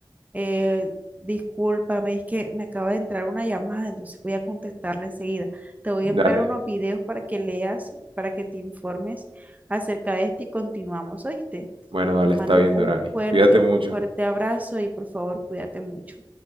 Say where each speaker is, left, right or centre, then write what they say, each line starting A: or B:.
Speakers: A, on the right; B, on the right.
A: Eh, discúlpame, es que me acaba de entrar una llamada, entonces voy a contestarla enseguida. Te voy
B: Dale.
A: a enviar unos videos para que leas, para que te informes acerca de esto y continuamos, ¿oíste?
B: Bueno, dale,
A: Te mando
B: está bien,
A: un
B: Dorani.
A: fuerte,
B: Cuídate mucho.
A: un fuerte abrazo y por favor, cuídate mucho.